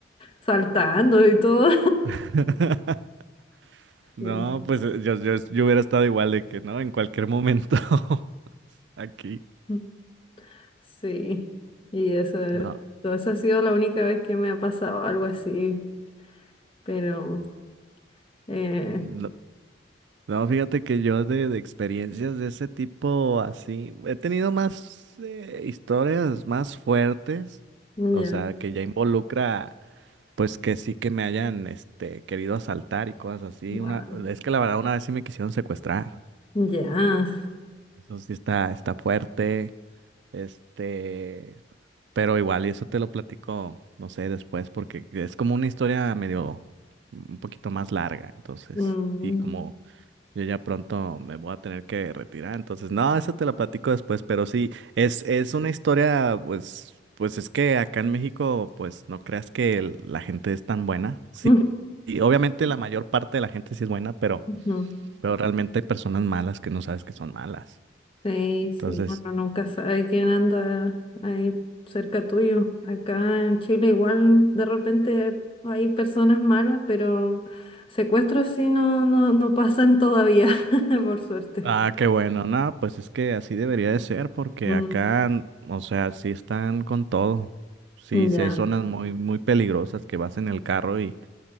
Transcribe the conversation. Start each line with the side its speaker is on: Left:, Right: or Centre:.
Left: saltando y todo.
Right: <laughs> No,
Left: Sí,
Right: pues eh, yo, yo, yo hubiera estado igual de que, ¿no? En cualquier momento <laughs> aquí.
Left: <laughs> sí. Y eso,
Right: No,
Left: todo eso ha sido la única vez que me ha pasado algo así, pero eh,
Right: no, no, fíjate que yo de, de experiencias de ese tipo así, he tenido más eh, historias más fuertes,
Left: ya,
Right: o sea, que ya involucra Pues que sí que me hayan, este, querido asaltar y cosas así.
Left: wow,
Right: Una, es que la verdad una vez sí me quisieron secuestrar.
Left: ya.
Right: Eso sí está, está fuerte. Este, pero igual, y eso te lo platico, no sé, después, porque es como una historia medio, un poquito más larga. Entonces,
Left: mm,
Right: y como yo ya pronto me voy a tener que retirar. Entonces, no, eso te lo platico después, pero sí, es, es una historia, pues, pues es que acá en México, pues no creas que el- la gente es tan buena.
Left: <laughs>
Right: Sí
Left: mm,
Right: y obviamente la mayor parte de la gente sí es buena, pero,
Left: ujú.
Right: pero realmente hay personas malas que no sabes que son malas.
Left: Sí,
Right: Entonces,
Left: sí, uno nunca sabe quién anda ahí cerca tuyo. Acá en Chile igual de repente hay personas malas, pero secuestros sí no, no, no pasan todavía, <laughs> por suerte.
Right: ah, qué bueno, no, pues es que así debería de ser, porque
Left: Mm,
Right: acá, o sea, sí están con todo. Sí,
Left: ya.
Right: sí hay zonas muy, muy peligrosas que vas en el carro y,